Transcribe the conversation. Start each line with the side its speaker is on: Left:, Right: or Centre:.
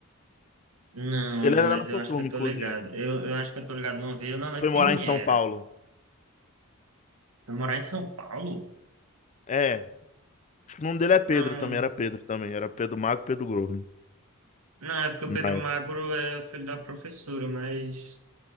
Right: Não,
Left: Ele era
Right: mas
Left: da nossa
Right: eu acho
Left: turma,
Right: que eu tô
Left: inclusive.
Right: ligado. Eu, eu acho que eu tô ligado uma vez, eu não
Left: E
Right: lembro
Left: foi
Right: quem
Left: morar em São
Right: era.
Left: Paulo.
Right: Eu morar em São Paulo?
Left: É. Acho que o nome dele é Pedro
Right: Não,
Left: também. Era Pedro também. Era Pedro Magro, Pedro Gordo. né?
Right: não, é porque o Pedro
Left: Na
Right: Magro
Left: época.
Right: é o filho da professora, mas